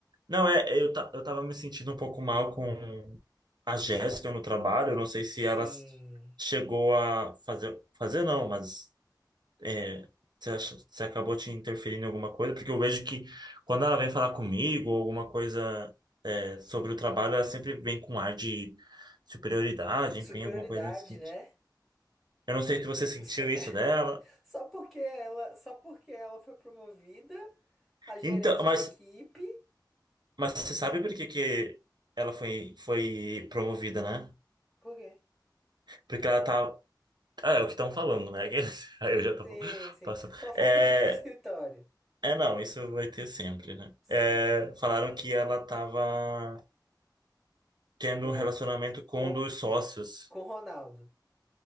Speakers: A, on the right; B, in the centre.
A: não é, eu ta, eu tava me sentindo um pouco mal com a Jéssica no trabalho. Eu não sei se
B: Sim.
A: ela s- chegou a fazer, fazer não, mas É, Você acha, você acabou te interferindo em alguma coisa? Porque eu vejo que quando ela vem falar comigo ou alguma coisa é, sobre o trabalho, ela sempre vem com um ar de superioridade,
B: Superioridade,
A: enfim, alguma coisa nesse sentido.
B: né?
A: Eu não sei se você sentiu
B: Só <laughs>
A: isso dela.
B: só porque ela, só porque ela foi promovida a gerente
A: Então, mas,
B: de equipe.
A: mas você sabe por que que ela foi, foi promovida, né?
B: Por quê?
A: Porque ela tá. Ah, é o que estão falando, né? <laughs> Que- Aí Eu já tô
B: Sim, sim.
A: passando.
B: Fofoca
A: É,
B: de, de escritório.
A: é, não, isso vai ter sempre, né?
B: Sim,
A: É,
B: sim.
A: falaram que ela tava. tendo
B: Com,
A: um
B: Ro-
A: relacionamento com
B: com,
A: um dos sócios.
B: com Ronaldo.